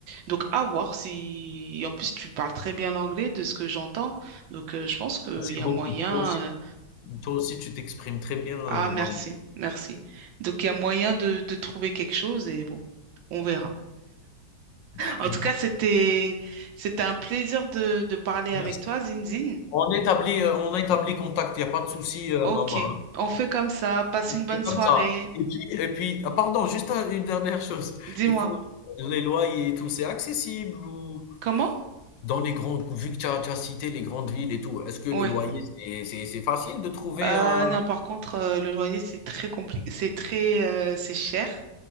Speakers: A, on the right (about 80°); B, on the left (about 75°).
A: Donc, à voir si... En plus, tu parles très bien l'anglais de ce que j'entends, donc euh, je pense qu'il
B: C'est
A: y a
B: beaucoup.
A: moyen,
B: Toi aussi,
A: euh,
B: toi aussi, tu t'exprimes très bien, euh,
A: ah, merci,
B: maman.
A: merci. Donc, il y a moyen de, de trouver quelque chose et bon, on verra.
B: Ben,
A: En
B: on,
A: tout cas, c'était, c'était un plaisir de, de parler
B: merci.
A: avec toi, Zinzine.
B: On établit, euh, on établit contact, il n'y a pas de souci, euh,
A: Ok,
B: maman.
A: on fait comme ça. Passe
B: On
A: une bonne
B: fait
A: soirée.
B: comme ça. Et puis, et puis ah, pardon, juste un- une dernière chose.
A: Dis-moi,
B: Il faut les loyers, et tout, c'est accessible ou
A: comment?
B: dans les grandes, vu que tu as, tu as cité les grandes villes et tout, est-ce que le
A: Oui.
B: loyer, c'est c'est- c'est facile de trouver
A: Euh,
B: un...
A: non, par contre, euh, le loyer, c'est très compliqué, c'est très, euh, c'est cher.